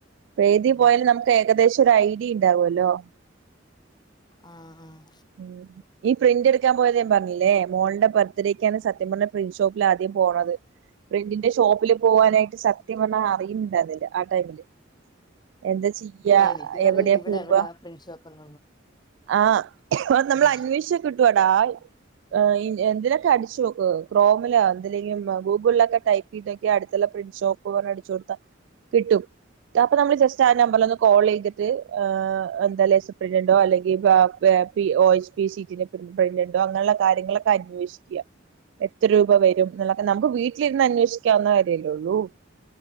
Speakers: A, on the right (about 70°); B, on the left (about 25°).
A: ഇപ്പ ഏതി
B: ഉം
A: പോയാലും നമുക്ക് ഏകദേശം ഒരു ഐഡിയ ഇണ്ടാവൊല്ലോ
B: ആഹ് ആഹ്
A: ഉം ഈ പ്രിന്റ് എടുക്കാൻ പോയത് ഞാൻ പറഞ്ഞില്ലേ മോൾടെ ബർത്ത്ഡേക്കാണ് സത്യം പറഞ്ഞാ പ്രിന്റ് ഷോപ്പിൽ ആദ്യം പോണത് പ്രിന്റിന്റെ ഷോപ്പില് പോവാനായിട്ട് സത്യം പറഞ്ഞ അറിയുന്നുണ്ടായിരുന്നില്ല ആ ടൈമില് എന്താ ചെയ്യ
B: എനിക്കും
A: എവിടെയാ
B: അറിയില്ല ഇവിടെ
A: പോവ
B: എവിടാ പ്രിന്റ് ഷോപ്പ്ന്നൊന്നും
A: ആഹ് അത് നമ്മള്
B: ഉം
A: അന്വേഷിച്ചാ കിട്ടുവടാ ഏഹ് എന്തിലൊക്കെ അടിച്ചു നോക്ക് ക്രോമിലോ എന്തിലേങ്കിലും ഗൂഗിളിലൊക്കെ ടൈപ്പ്- ഇല്ലെങ്കി അടുത്തുള്ള പ്രിൻ്റ് ഷോപ്പ് പറഞ്ഞ് അടിച്ചു കൊടുത്ത കിട്ടും അപ്പൊ നമ്മള് ജസ്റ്റ് ആ നമ്പറിലൊന്ന് കോൾ ചെയ്തിട്ട് എന്താലേ <unintelligible> അല്ലെങ്കി <unintelligible> ഇ എസ് പി ഷീറ്റിൻ്റെ പ്രിൻ്റ് പെയ്മെൻ്റയൊ അങ്ങനുള്ള കാര്യങ്ങളൊക്കെ അന്വേഷിക്കുക എത്ര രൂപ വരും എന്നുള്ളൊക്കെ നമുക്ക് വീട്ടിലിരുന്ന് അന്വേഷിക്കാവുന്ന കാര്യവല്ലേള്ളൂ